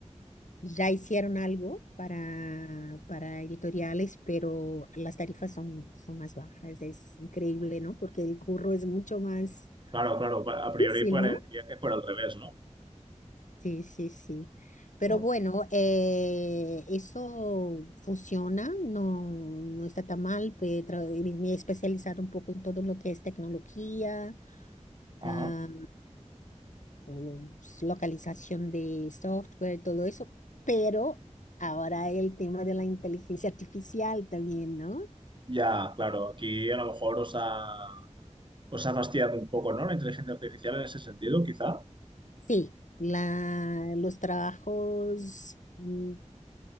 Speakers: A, on the left; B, on the right.
A: ya hicieron algo para, para editoriales, pero las tarifas son, son más bajas. Es increíble,
B: Wow.
A: ¿no? Porque el curro es mucho más
B: Claro, claro, pa- a priori
A: difícil,
B: parecería
A: ¿no?
B: que por el revés, ¿no?
A: Sí, sí, sí. Pero
B: Wow.
A: bueno, eh, eso funciona, no, no está tan mal. pe- tra- Me me he especializado un poco en todo lo que es tecnología
B: Ajá.
A: ah, o localización de software, todo eso, pero ahora el tema de la inteligencia <laughs> artificial también, ¿no?
B: Ya, claro, aquí a lo mejor os ha, os ha fastidiado un poco, ¿no? La inteligencia artificial en ese sentido, quizá.
A: Sí, la, los trabajos mm,